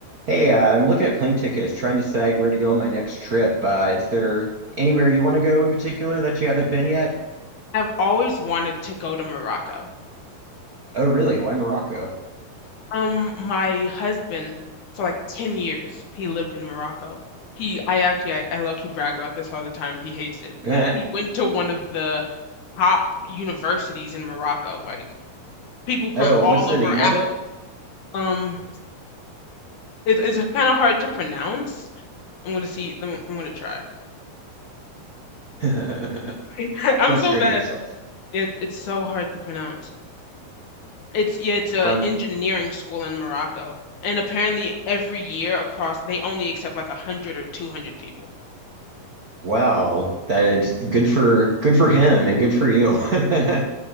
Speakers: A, on the right; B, on the left.
A: Hey, uh, I'm looking at plane tickets, trying to decide where to go on my next trip. Uh, is there anywhere you want to go in particular that you haven't been yet?
B: I've always wanted to go to Morocco.
A: Oh, really? Why Morocco? <laughs>
B: Um, my husband, for like 10 years, he lived in Morocco. He, I actually, I, I low-key brag about this all the time. He hates it.
A: Eh.
B: He went to one of the top universities in Morocco, like people from
A: Oh,
B: all
A: what's the
B: over
A: name
B: Af
A: of it?
B: Um, it, it's kind of hard to pronounce. I'm gonna see, I'm gonna try.
A: <laughs>
B: <laughs> I'm
A: Don't
B: so
A: strain
B: bad.
A: yourself.
B: It, it's so hard to pronounce. It's yeah, it's a
A: Um,
B: engineering school in Morocco. And apparently every year across they only accept like a hundred or two hundred people.
A: wow, that is good for good for him and good for you. <laughs>